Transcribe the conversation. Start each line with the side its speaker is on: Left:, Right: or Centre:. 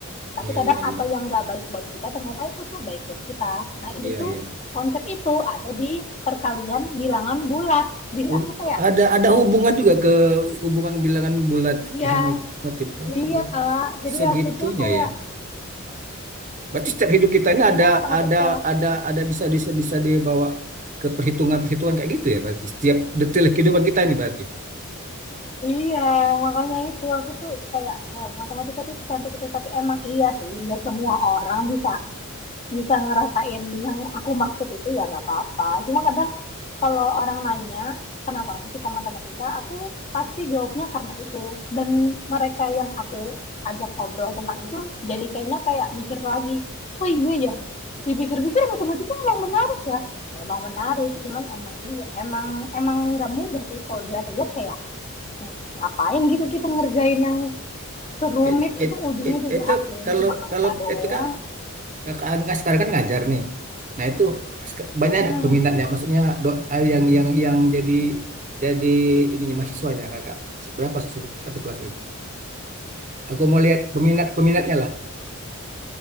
Left: Tapi
Right: Iya
Left: kadang
Right: iya
Left: apa
Right: iya.
Left: yang nggak baik buat kita ternyata itu tuh baik buat kita. Nah itu
Right: Iya
Left: tuh
Right: iya.
Left: konsep itu ada di perkalian bilangan bulat. Jadi
Right: Oh,
Left: aku kayak
Right: ada ada
Left: wow
Right: hubungan juga ke hubungan bilangan bulat
Left: iya
Right: sama itu Watim. Oh,
Left: iya kak. Jadi
Right: segitunya
Left: aku tuh kayak
Right: ya. Berarti setiap hidup kita ini
Left: intinya
Right: ada
Left: matematika
Right: ada ada ada bisa bisa bisa dibawa ke perhitungan-perhitungan kayak gitu ya berarti. Setiap detail kehidupan kita ini berarti.
Left: iya makanya itu aku tuh kayak wow matematika tuh secantik itu tapi emang iya sih nggak semua orang bisa bisa ngerasain yang aku maksud itu ya nggak apa-apa. Cuma kadang kalau orang nanya kenapa aku suka matematika, aku pasti jawabnya karena itu. Dan mereka yang aku ajak ngobrol tentang itu jadi kayaknya kayak mikir lagi, oh iya ya, dipikir-pikir matematika emang menarik ya. Emang menarik, cuman emang iya, emang emang nggak mudah sih kalau dilihat-lihat kayak ngapain gitu kita ngerjain yang serumit
Right: It,
Left: itu
Right: it,
Left: ujungnya
Right: it,
Left: juga
Right: itu
Left: hasilnya
Right: kalau
Left: cuma angka
Right: kalau
Left: doang.
Right: itu kak kakak Angga sekarang kan ngajar nih. Nah itu sek- banyak
Left: Hmm,
Right: nggak peminatnya, maksudnya do, eh, yang yang yang jadi jadi ininya mahasiswanya kakak. Berapa s- satu kelas itu? Aku mau lihat peminat peminatnya
Left: ya
Right: lah.